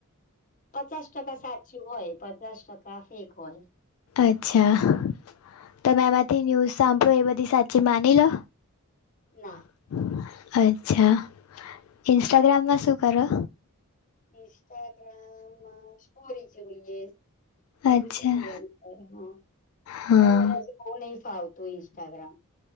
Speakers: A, on the left (about 40°); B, on the left (about 70°).
A: પચાસ ટકા સાચું હોય, પચાસ ટકા ફેક હોય.
B: અચ્છા તમે એમાંથી ન્યૂઝ સાંભળો એ બધી સાચી માની લો?
A: ના
B: <inaudible> અચ્છા ઇન્સ્ટાગ્રામમાં શું કરો?
A: ઇન્સ્ટાગ્રામમાં સ્ટોરી જોઈએ. બધું
B: અચ્છા
A: જો હા.
B: હા
A: પણ મને હ બહુ નહી ફાવતું ઇન્સ્ટાગ્રામ.